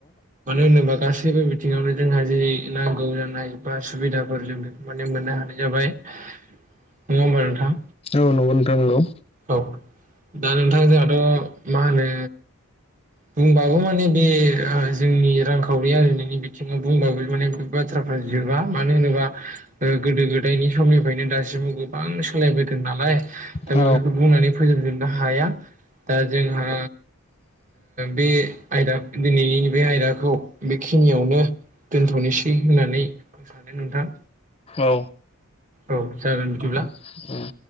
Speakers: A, on the right; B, on the left.
A: मानो होनोबा गासैबो बिथिंङावनो जोंहा जेर नांगौ ज बा सुबिदाफोर जों बेखौ मे मोननो हानाय जाबाय नंङा होमबा नोंथां
B: औ नंगौ नोंथां नंगौ
A: औ दा नोंथां जोंहाथ' मा होनो बुंबाबो माने बे जोंनि रांखावरि आरजिनायनि बिथिङाव बुंबाबो माने बाथ्रा जोबा मानो होनोबा गोदो गोदायनि समनिफ्रायनो दासिमबो गोबां सोलायबायदों नालाय। दा
B: औ
A: बेफोरखौ बुंनानै फोजोबजोबनो हाया दा जोंहा। बे आयदा दिनैनि बे आयदाखौ बेखिनियावनो दोनथ'नोसै होननानै आं सानो नोंथां।
B: औ
A: औ जागोन बिदिब्ला
B: उम